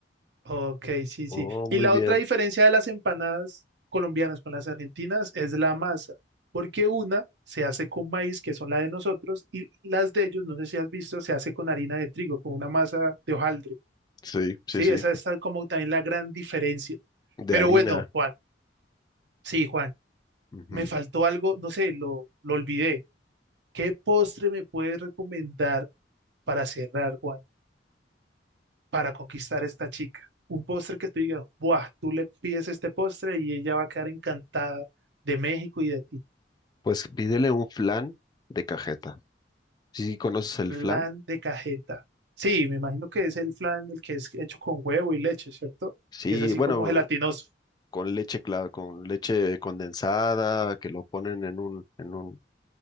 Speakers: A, on the right (about 70°); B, on the left (about 25°).
A: Ok, sí,
B: Oh,
A: sí. Y
B: muy
A: la
B: bien.
A: otra diferencia de las empanadas colombianas con las argentinas es la masa, porque una se hace con maíz, que son la de nosotros, y las de ellos, no sé si has visto, se hace con harina de trigo, con una masa de hojaldre.
B: Sí, sí,
A: Sí,
B: sí.
A: esa es tal como también la gran diferencia.
B: De
A: Pero
B: harina.
A: bueno, Juan, sí, Juan,
B: Ujú.
A: me faltó algo, no sé, lo, lo olvidé. ¿Qué postre me puedes recomendar para cerrar, Juan, para conquistar a esta chica? Un postre que tú digas, ¡buah! Tú le pides este postre y ella va a quedar encantada de México y de ti.
B: Pues pídele un flan de cajeta. Sí, ¿conoces el
A: Flan
B: flan?
A: de cajeta. Sí, me imagino que es el flan el que es hecho con huevo y leche, ¿cierto?
B: Sí,
A: Que es así
B: bueno,
A: como gelatinoso.
B: con leche cla- con leche condensada, que lo ponen en un, en un,